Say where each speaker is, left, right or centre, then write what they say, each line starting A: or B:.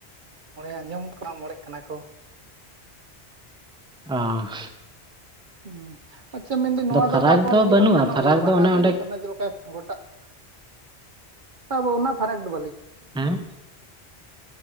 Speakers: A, on the right; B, in the centre.
A: ᱢᱚᱬᱮ ᱟᱸᱡᱚᱢ <inaudible> ᱢᱚᱬᱮᱜ ᱠᱟᱱᱟ ᱠᱚ᱾
B: ᱚᱸ
A: ᱦᱩᱸ ᱟᱪᱪᱷᱟ ᱢᱮᱱᱫᱟᱹᱧ ᱱᱚᱣᱟ
B: ᱯᱷᱟᱨᱟᱠ
A: ᱫᱚ ᱚᱠᱟ ᱠᱚ ᱤᱭᱟᱹ
B: ᱵᱟᱹᱱᱩᱜᱼᱟ
A: ᱵᱟᱝ ᱜᱟᱱᱚᱜ-ᱟ
B: ᱯᱷᱟᱨᱟᱠ
A: ᱡᱮ ᱵᱟᱦᱟ
B: ᱚᱱᱮ
A: ᱫᱚ
B: ᱚᱸᱰᱮ
A: <unintelligible> ᱡᱮᱞᱮᱠᱟ ᱜᱚᱴᱟ <inaudible> ᱟᱵᱚ ᱚᱱᱟ ᱯᱷᱟᱨᱟᱠ ᱫᱚ ᱵᱟᱹᱞᱤᱧ
B: ᱦᱮᱸ